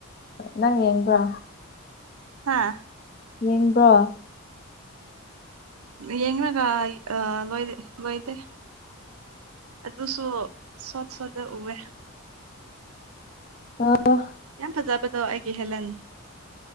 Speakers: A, on the left (about 40°); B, on the right (about 75°).
A: ꯅꯪ ꯌꯦꯡꯕ꯭ꯔꯣ
B: ꯍꯥꯥ
A: ꯌꯦꯡꯕ꯭ꯔꯣ
B: ꯌꯦꯡꯅꯒ ꯑ ꯂꯣꯏ ꯂꯣꯏꯇ <unintelligible> ꯑꯗꯨꯁꯨ ꯁꯣꯠ ꯁꯣꯗ ꯎꯋꯦ
A: ꯑ <inaudible>
B: ꯌꯥꯝ ꯐꯖꯕꯗꯣ ꯑꯩꯒꯤ ꯍꯦꯂꯟ꯫